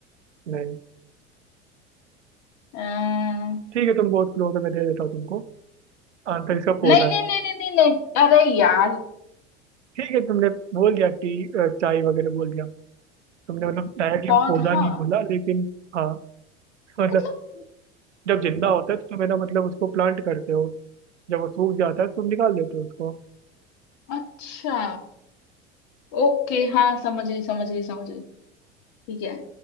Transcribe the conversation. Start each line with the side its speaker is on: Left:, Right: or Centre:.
Right: नहीं
Left: नहीं
Right: ठीक है तुम बहुत क्लोज हो मैं दे देता हूँ तुमको आंसर इसका पौधा
Left: नहीं नहीं
Right: है
Left: नहीं नहीं नहीं अरे यार
Right: ठीक है तुमने बोल दिया टी अ, चाय वगैरह बोल दिया तुमने मतलब डायरेक्टली
Left: पौधा
Right: पौधा नहीं बोला लेकिन हाँ मतलब
Left: मतलब
Right: जब जिंदा होता है तो तुम है ना मतलब उसको प्लांट करते हो जब वो सूख जाता है तो तुम निकाल देते हो उसको
Left: अच्छा ओके हाँ समझ गई समझ गई समझ गई ठीक है